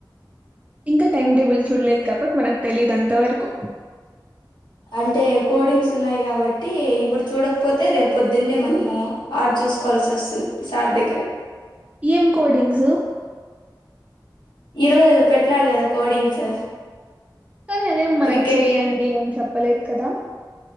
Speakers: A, on the right; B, on the left.
A: ఇంకా టైం టేబుల్ చూడలేదు కాబట్టి మనకు తెలియదుంతవరకు
B: అంటే కోడింగ్స్ ఉన్నాయి కాబట్టి ఇప్పుడు చూడకపోతే రేపు పొద్దున్నే మనము ఆర్డ్ చూసుకోవాల్సి వస్తుంది సార్ దగ్గర
A: ఏం కోడింగ్
B: ఈరోజు పెట్టినాడు కదా కోడింగ్స్
A: కానీ అదేం మనకు
B: క్రికెట్
A: చెయ్యండి అని చెప్పి పలేద్ కదా